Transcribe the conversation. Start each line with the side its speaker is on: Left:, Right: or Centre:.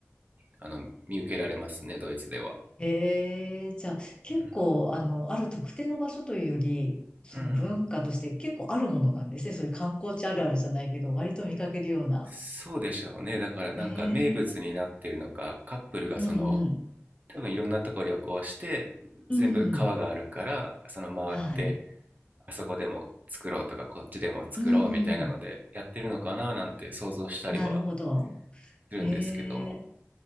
Right: あの見受けられますね、ドイツでは。
Left: へえ、じゃあ、結構、
Right: うん、
Left: あの、ある特定の場所というより、その文化として結構あるものなんですね。
Right: うん
Left: そういう観光地あるあるじゃないけど、割と見かけるような。
Right: そうでしょうね。だからなんか名物になってるのか、
Left: へえ、
Right: カップルがその、
Left: うん、うん、
Right: 多分いろんなとこ旅行して、
Left: うん、
Right: 全部川があるから、その回って、
Left: はい、
Right: あそこでも作ろうとか、こっちでも作ろうみたいなので、
Left: うん、
Right: やってるのかななんて想像したりは
Left: なるほど。
Right: するんですけども。
Left: へえ。